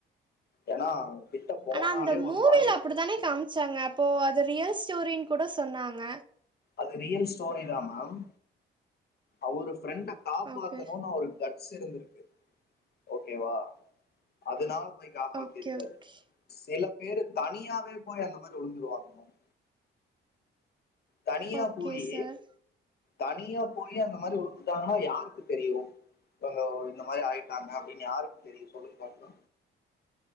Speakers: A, on the left (about 55°); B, on the right (about 25°).
A: ஏன்னா கிட்ட போனாலே
B: ஆனா அந்த
A: ஒரு
B: மூவியில
A: மாதிரி
B: அப்படி தானே காமிச்சாங்க அப்போ அது ரியல் ஸ்டோரின்னு கூட சொன்னாங்க
A: அது ரியல் ஸ்டோரி தா மேம் அவரு ஃப்ரெண்ட காப்பாத்தணும்னு
B: ஓகே
A: அவுரு கட்ஸ் இருந்திருக்கு ஓகேவா அதனால போய் காப்பாத்திருக்காரு
B: ஓகே ஓகே
A: சில பேரு தனியாவே போய் அந்த மாரி உழுந்துருவாங்க மேம் தனியா
B: ஓகே
A: போயி
B: சார்
A: தனியா போயி அந்த மாரி உழுந்துட்டாங்கன்னா யாருக்கு தெரியு இங்க ஒரு இந்த மாரி ஆயிட்டாங்க அப்டின்னு யாருக்கு தெரியு சொல்லுங்க பாப்போ